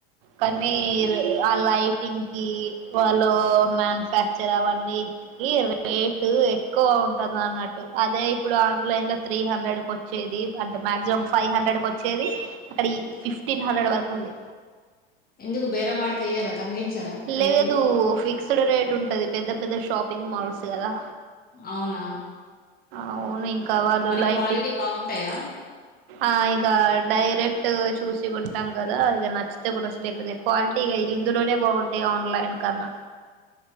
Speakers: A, on the right; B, on the left.
A: పన్నిర్
B: బట్
A: అలయి యింకి వాళ మ్యానుఫ్యాక్చర్ అవన్నీ ఎతికి రేటు ఎక్కువ ఉంటది అన్నట్టు అదే ఇప్పుడు ఆన్ లైన్ లో త్రీ హండ్రెడ్ కు వచ్చి ఇది అంటే మాక్సిమం ఫైవ్ హండ్రెడ్ వచ్చేది అక్కడ ఇ ఫిఫ్టీన్ హండ్రెడ్ వరకు ఉంది
B: ఎందుకు బేర మాడితే ఇయ్యరా తగ్గించరా రేట్లు
A: లేదు ఫిక్స్డ్ రేట్ ఉంటది పెద్ద పెద్ద షాపింగ్ మాల్స్ కదా
B: అవునా
A: అవును ఇంకా వాళ్లు
B: మరి
A: లైటింగ్
B: క్వాలిటీ బాగుంటాయా
A: ఆ ఇక డైరెక్ట్ చూసి కొంటాం కదా ఇక నచ్చితే నచ్చకపోతే క్వాలిటీ ఇ ఇందులోనే బాగుంటా యి ఆన్లైన్ కన్నా